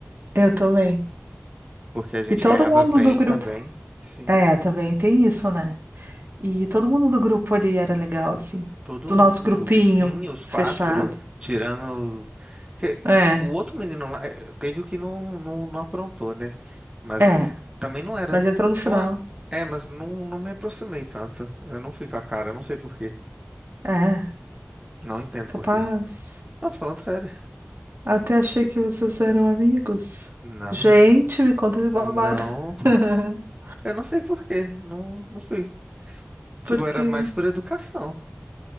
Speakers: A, on the right (about 60°); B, on the right (about 20°).
A: Eu também.
B: Porque a gente
A: E todo
B: ganhava
A: mundo
B: bem
A: do grupo.
B: também. Sim,
A: É, também tem isso, né? E todo mundo do grupo ali era legal, assim.
B: todo
A: Do
B: mundo.
A: nosso grupinho
B: Sim, os
A: fechado.
B: quatro. Tirando. que-
A: É,
B: O
A: é,
B: outro menino lá eh, teve o que não, não, não aprontou, né? Mas
A: é.
B: também não era.
A: Mas entrou no final.
B: Não, a- é, mas não, não me aproximei tanto. Eu não fui com a cara, não sei por quê.
A: É,
B: Não entendo
A: capaz.
B: por quê. Não, tô falando sério.
A: Até achei que vocês eram amigos.
B: Não.
A: Gente, me conta esse babado.
B: Não.
A: <laughs>
B: Eu não sei por quê, não, não fui.
A: Porque.
B: Tipo, era mais por educação.